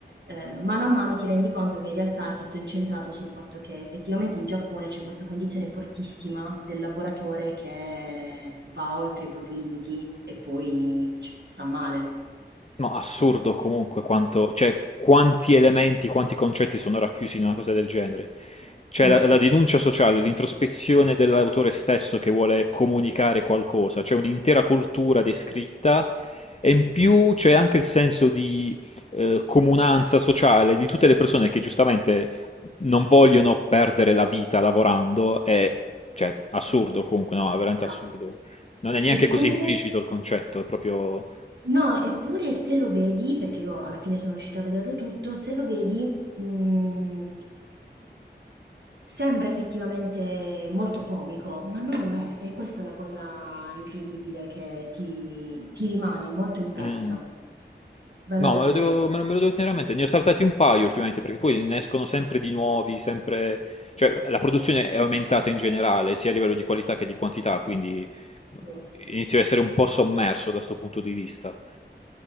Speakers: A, on the right; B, on the left.
A: eh, mano a mano ti rendi conto che in realtà è tutto incentrato sul fatto che effettivamente in Giappone c'è questa condizione fortissima del lavoratore che va oltre i propri limiti e poi c- sta male.
B: No, assurdo comunque quanto, cioè, quanti elementi, quanti concetti sono racchiusi in una cosa del genere. C'è
A: Sì,
B: la, la denuncia sociale, l'introspezione dell'autore stesso che vuole comunicare qualcosa, c'è un'intera cultura descritta e in più c'è anche il senso di eh, comunanza sociale di tutte le persone che giustamente non vogliono perdere la vita lavorando, è cioè, assurdo comunque, no, è veramente
A: esatto.
B: assurdo. Non è neanche
A: Eppure
B: così implicito il concetto, è proprio...
A: no, eppure se lo vedi, perché io alla fine sono riuscita a vederlo tutto, se lo vedi, mhmm Sembra effettivamente molto comico, ma non lo è. È questa è la cosa incredibile che ti ti rimane molto impressa.
B: Mm.
A: Bello
B: No,
A: davvero.
B: me lo devo, me lo, me lo devo tenere a mente. Ne ho saltati un paio ultimamente perché poi ne escono sempre di nuovi, sempre... Cioè, la produzione è aumentata in generale, sia a livello di qualità che di quantità, quindi eh,
A: Sì.
B: inizio a essere un po' sommerso da sto punto di vista.